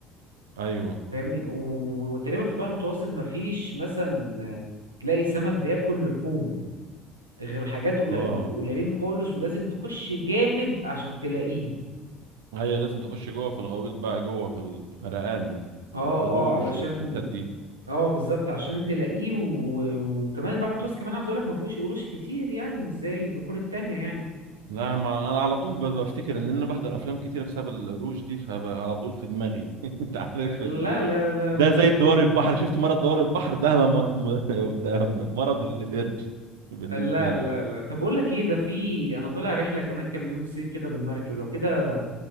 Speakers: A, on the right; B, on the right.
A: ايوه
B: فاهمني و- و- وتقريبا في البحر المتوسط ما فيش مثلا تلاقي سمك بياكل لحوم غير حاجات قليل-
A: اه
B: بيبقوا قليلين خالص ولازم تخش جامد عشان تلاقيه
A: هي لازم تخش جوه في الغويط بقى جوه في الغرقان والقروش
B: اه اه علشان
A: والحتت دي
B: اه بالظبط عشان تلاقيه و... وكمان البحر المتوسط كمان عاوز اقول لك ما فيهوش قروش كتير يعني مش زي البحور التانية يعني
A: لا ما انا على طول ب- بفتكر ان انا بحضر افلام كتيره بسبب القروش دي فعلى طول في دماغي <laughs> انت عارف
B: لا
A: ال...
B: لا لا
A: ده
B: لا مش
A: زي
B: موجودة
A: دوار البحر شفت مرض دوار البحر ده انا مر... م- <laughs> ده مرض القرش بالنسبه
B: لا
A: لي
B: لا لا طب بقول لك ايه ده في انا طالع رحلة كمان كام يوم صيف كده بالمركب لو كده